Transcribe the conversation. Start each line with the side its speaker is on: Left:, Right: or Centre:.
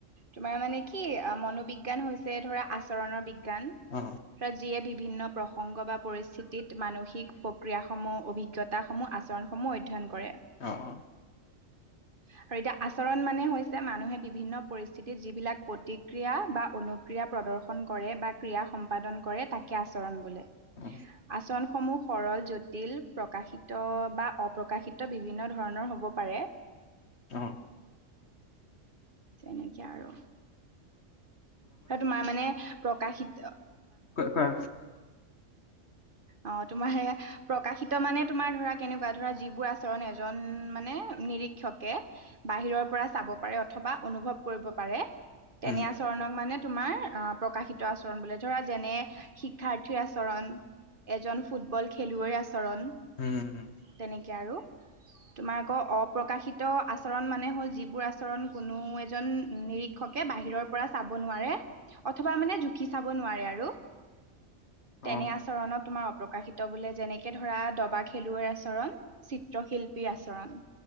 Right: তোমাৰ মানে কি মনোবিজ্ঞান হৈছে ধৰা আচৰণৰ বিজ্ঞান গান
Left: অ
Right: বা যিয়ে দিপ বিভিন্ন প্ৰসংগ বা পৰিস্থিতিত মানসিক প্ৰক্ৰিয়াসমূহ অভিজ্ঞতাসমূহ আচৰণসমূহ অধ্যয়ন কৰে।
Left: অ অ।
Right: আৰু এতিয়া আচৰণ মানে হৈছে যে মানুহে বিভিন্ন পৰিস্থিতিত যিবিলাক প্ৰতিক্ৰিয়া বা অনুক্ৰিয়া প্ৰদৰ্শন কৰে বা ক্ৰিয়া সম্পাদন কৰে তাকে আচৰণ বোলে
Left: অ
Right: আচৰণ সমূহ সৰল জটিল প্ৰকাশিত বা অপ্ৰকাশিত বিভিন্ন ধৰণৰ হ'ব পাৰে
Left: অ।
Right: তেনেকে আৰু। তোমাৰ মানে প্ৰকাশিত
Left: কোৱা কোৱা
Right: অ তোমাৰ সেয়া প্ৰকাশিত মানে তোমাৰ ধৰা কেনেকুৱা ধৰা যিবোৰ আচৰণ এজন মানে নিৰীক্ষকে বাহিৰৰ পৰা চাব পাৰে অথবা অনুভৱ কৰিব পাৰে।
Left: হম।
Right: তেনে আচৰণক মানে তোমাৰ অহ প্ৰকাশিত আচৰণ বোলে। ধৰা যেনে শিক্ষাৰ্থীৰ আচৰণ, এজন ফুটবল খেলুৱৈ আচৰণ,
Left: উম
Right: তেনেকে আৰু। তোমাৰ আকৌ অপ্ৰকাশিত আচৰণ মানে হ'ল-যিবোৰ আচৰণ কোনো এজন, উম! নিৰীক্ষকে বাহিৰৰ পৰা চাব নোৱাৰে অথবা মানে জুখি চাব নোৱাৰে আৰু।
Left: অ
Right: তেনে আচৰণক তোমাৰ অপ প্ৰকাশিত বোলে। যেনেকে ধৰা, দবা খেলুৱৈৰ আচৰণ, চিত্ৰশিল্পী আচৰণ।